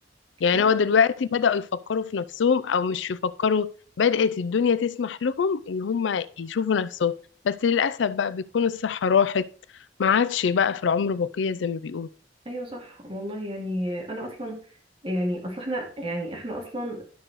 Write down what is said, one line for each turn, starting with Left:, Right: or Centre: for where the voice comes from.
Left: يعني
Right: ايوه
Left: هو دلوقتي بدأوا يفكروا في نفسهم او مش يفكروا بدأت الدنيا تسمح لهم ان هم يشوفوا نفسهم بس للأسف بقى بيكون الصحة راحت ما عادش بقى في العمر بقية زي ما بيقولوا
Right: أيوة صح والله يعني انا اصلا يعني اصل احنا يعني احنا اصلا